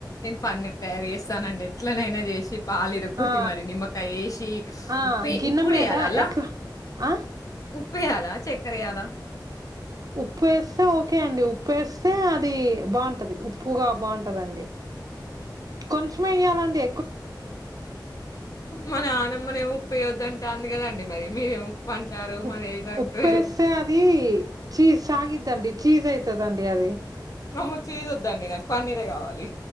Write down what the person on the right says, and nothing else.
ఆ
ఆ
గిన్నె
మీద
ఎట్లా ఆ
ఉప్పు వేస్తే ఓకే అండి ఉప్పుేస్తే అది బాగుంటది ఉప్పుగా బాగుంటదండి కొంచెమే ఇయ్యాలండి
ఉప్
ఉప్పుేసే
అది చీజ్ సాగిద్దండి చీజ్ అయుతదండి అది